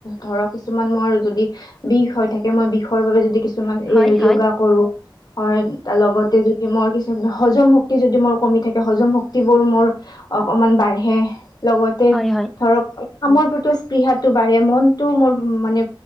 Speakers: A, on the left; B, in the centre.
A: ধৰক কিছুমান মোৰ যদি বিষ হয় থাকে মই বিষৰ বাবে যদি কিছুমান
B: হয়,
A: এই
B: হয়,
A: য়োগা কৰো হয় তাৰ লগত ত যদি মোৰ কি হজম শক্তি যদি মোৰ কমি থাকে হজম শক্তিবোৰ মোৰ অকমান বাঢ়ে লগতে
B: হয়, হয়,
A: ধৰক কামৰ প্ৰতি স্পৃহাটো বাঢ়ে মনটো মোৰ মানে